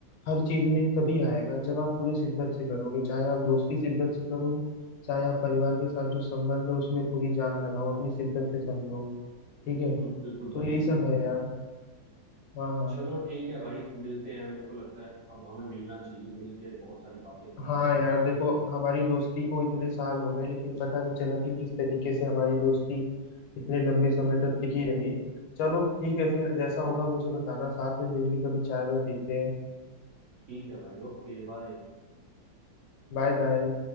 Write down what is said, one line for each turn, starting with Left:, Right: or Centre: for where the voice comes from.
Left: हर चीज में तभी आएगा जब आप पूरे शिद्दत से करोगे चाहे आप दोस्ती शिद्दत से करो चाहे आप परिवार के साथ जो संबंध है उसमें पूरी जान लगाओ अपनी शिद्दत से समझो ठीक
Right: बिल्कुल
Left: है
Right: बिल्कुल
Left: तो
Right: भाई
Left: यही सब
Right: बिल्कुल
Left: है यार हाँ हाँ
Right: चलो ठीक है भाई मिलते हैं मेरे को लगता है अब हमें मिलना चाहिए मिलके बहुत सारी बातें करनी
Left: हाँ
Right: चाहिए
Left: यार देखो हमारी दोस्ती को इतने साल हो गए लेकिन पता नहीं चला कि किस तरीके से हमारी दोस्ती इतने लंबे समय तक टिकी रही चलो ठीक है फिर जैसा होगा मुझे बताना साथ में मिलके कभी चाय वाय पीते हैं
Right: ठीक है भाई ओके बाय
Left: Bye bye